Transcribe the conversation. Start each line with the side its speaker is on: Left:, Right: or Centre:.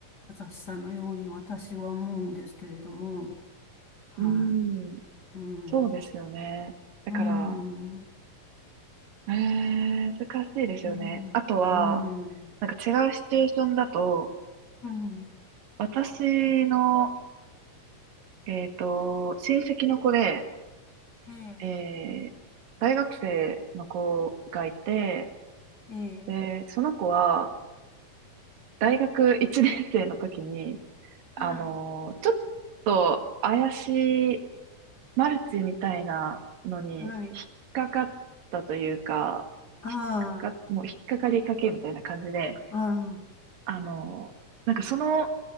Left: しさのように私は思うんですけれども、はい。
Right: ん。うーん。
Left: うん、
Right: そうですよね。だから、
Left: うん、
Right: えー、難しいですよね。
Left: うん、
Right: あとは、
Left: うん、
Right: なんか違うシチュエーションだと、
Left: うん。
Right: 私の、えっと、親戚の子で、
Left: ええ
Right: えー大学生の子がいて、
Left: ええ、
Right: で、その子は大学1年生の時に、
Left: はい、
Right: あのーちょっと怪しいマルチみたいなのに引っかかったというか、
Left: はい。あ
Right: 引っかか、もう引っかかりかけみたいな感じで、
Left: あ、ああ、
Right: あのーなんかその